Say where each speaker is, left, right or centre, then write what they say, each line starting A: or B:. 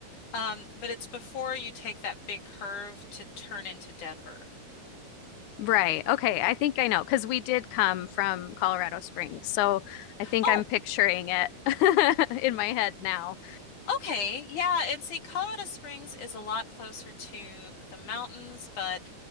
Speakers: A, on the left (about 50°); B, on the left (about 80°).
A: Um, but it's before you take that big curve to turn into Denver.
B: Right. Okay. I think I know because we did come from Colorado Springs. So I think
A: Oh,
B: I'm picturing it <laughs> in my head now.
A: okay. Yeah, and see, Colorado Springs is a lot closer to the mountains, but